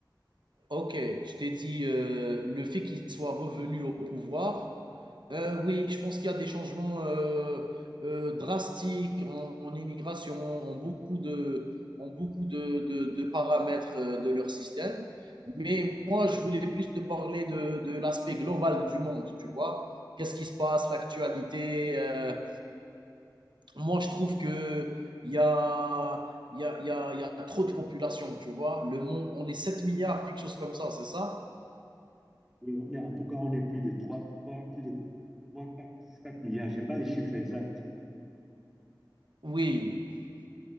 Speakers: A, on the right; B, in the centre.
A: OK, je t'ai dit, heu, le fait qu'il soit revenu au pouvoir Euh, oui, je pense qu'il y a des changements euh, euh, drastiques en, en immigration, en beaucoup de, en beaucoup de, de- de paramètres euh, de leur système.
B: Mhm.
A: Mais moi, je voulais plus te parler de, de l'aspect global du monde, tu vois. Qu'est-ce qui se passe, l'actualité. euh. moi, je trouve que il y a, il y a, il y a, il y a trop de population, tu vois. Le monde, on est 7 milliards, quelque chose comme ça, c'est ça?
B: Oui, on est, en tout cas, on est plus de trois plus de trois 4 4 milliards. Je n'ai pas les chiffres exacts,
A: Oui.